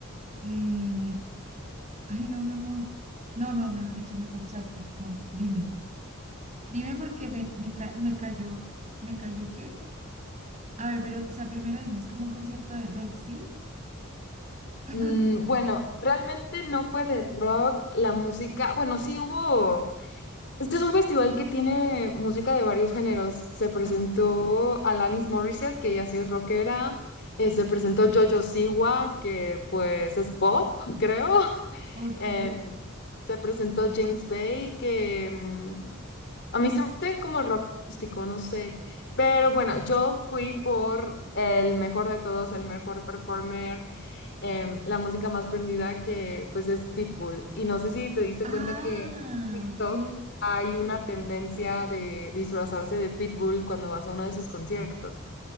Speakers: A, on the right (about 35°); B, on the left (about 55°).
A: Eh, ay, no, no, no. No, no, mejor dicho, me corchaste. No, dime. Dime porque me, me, ca- me cayó, ¿me cayó qué? A ver, pero, o sea, primero dime, ¿es como un concierto de rock, sí? <laughs>
B: Mm, bueno, realmente no fue de rock, la música, bueno, sí hubo Este es un festival que tiene música de varios géneros. Se presentó
A: Ah,
B: Alanis Morissette, que ya sí es rockera. eh, se presentó Jojo Siwa, que pues es pop, <laughs> creo.
A: Ok.
B: Em, se presentó James Bay, que mm, a mí se me hace como rock acústico, no sé. Pero bueno, yo fui por el mejor de todos, el mejor performer em, la música más prendida que pues es Pitbull. Y no sé si te diste
A: Ah,
B: cuenta que en TikTok
A: ok.
B: hay una tendencia de disfrazarse de Pitbull cuando vas a uno de sus conciertos.